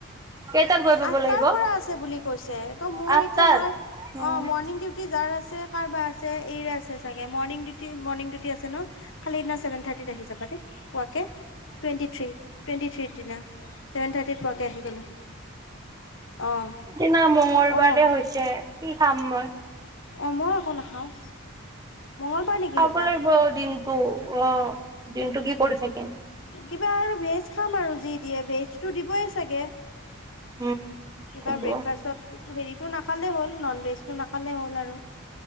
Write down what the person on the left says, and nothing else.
আঠটাৰ
পৰা আছে বুলি কৈছে, ত মোৰ
এতিয়া মই
অ মৰ্ণিং ডিউ টি যাৰ আছে কাৰবাৰ আছে এইৰে আছে চাগে মৰ্ণিং ডিউটি মৰ্ণং ডিউটি আছে ন খালি সেইদিনা চেভেন থাৰ্টিত আহি যাবা দেই পোৱাকে। টুৱেণ্টি থ্ৰী টুৱেণ্টি থ্ৰিৰ দিনা ছেভেন থাৰ্টিত পোৱাকে আহি গলে অ',
অ',
অঁ ময়ো একো নাখাওঁ। মঙলবাৰে নেকি?
সেইদিনা
কিবা আৰু ভেজ খাম আৰু যি দিয়ে ভেজ টো দিবই চাগে।
কিবা
ব্ৰেকফাষ্টত হেৰিটো নাখালেই হ'ল নন ভেজটো নাখালেই হ'ল আৰু।